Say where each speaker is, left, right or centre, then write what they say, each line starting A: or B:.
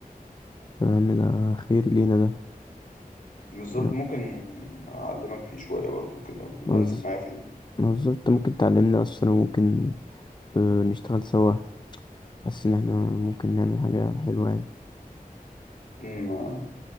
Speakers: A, on the left (about 30°); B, on the left (about 60°).
A: طب يا عم ده خير لينا ده
B: بالظبط
A: احنا
B: ممكن اعلمك فيه شويه برضو كده وبنزل
A: موز-
B: معايا فيه
A: موظف انت ممكن تعلمنا اصلا وممكن آه، نشتغل سوا حاسس ان احنا ممكن نعمل حاجة حلوة يعني
B: أمم،